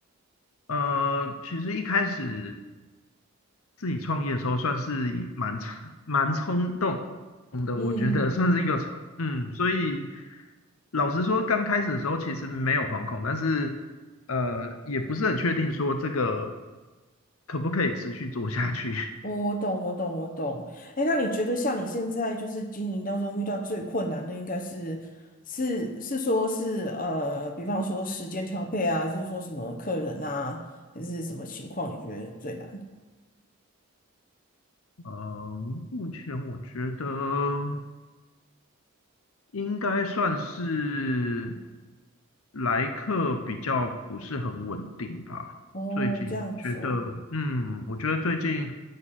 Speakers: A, on the left; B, on the left.
A: 呃，其实一开始。自己创业的时候算是蛮蛮冲动的，
B: 嗯嗯嗯
A: 我觉得算是一个冲，嗯，所以老实说，刚开始的时候其实没有惶恐，但是呃，也不是很确定说这个可不可以持续做下去。<laughs>
B: 我我懂，我懂，我懂。哎，那你觉得像你现在就是经营当中遇到最困难的，应该是是是说是呃，比方说时间调配啊，还是说什么客人啊，还是什么情况你觉得最难？
A: 嗯，目前我觉得。应该算是来客比较不是很稳定吧。
B: 哦，
A: 最近觉得，
B: 这样子哦，
A: 嗯，我觉得最近